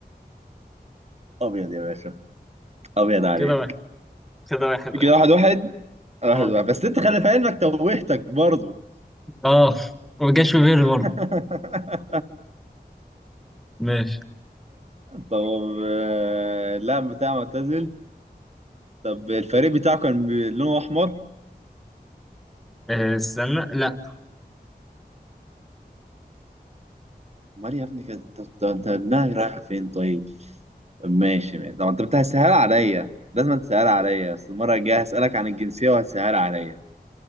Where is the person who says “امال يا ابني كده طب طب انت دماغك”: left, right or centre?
Right